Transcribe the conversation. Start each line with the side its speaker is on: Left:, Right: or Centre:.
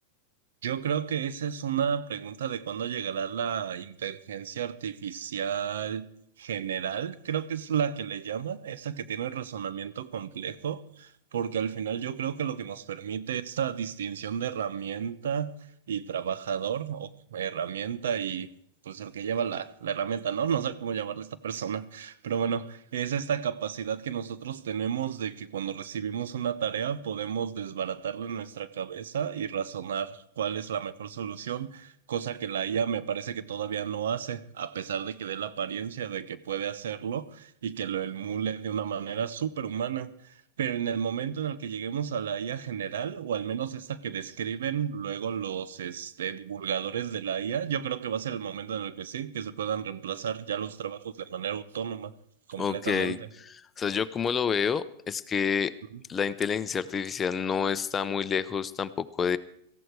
Right: Yo creo que esa es una pregunta de cuándo llegará la inteligencia artificial general. Creo que es la que le llaman, esa que tiene razonamiento complejo, porque al final yo creo que lo que nos permite esta distinción de herramienta y trabajador, o herramienta y pues el que lleva la, la herramienta, ¿no? No sé cómo llamarle a esta persona. Pero bueno, Es esta capacidad que nosotros tenemos de que cuando recibimos una tarea podemos desbaratarla en nuestra cabeza y razonar cuál es la mejor solución, cosa que la IA me parece que todavía no hace, a pesar de que dé la apariencia de que puede hacerlo y que lo emule de una manera superhumana. Pero en el momento en el que lleguemos a la IA general, o al menos esta que describen luego los este, divulgadores de la IA, yo creo que va a ser el momento en el que sí, que se puedan reemplazar ya los trabajos de manera autónoma completamente.
Left: Ok, o sea, yo como lo veo es que
Right: Ujú.
Left: la inteligencia artificial no está muy lejos tampoco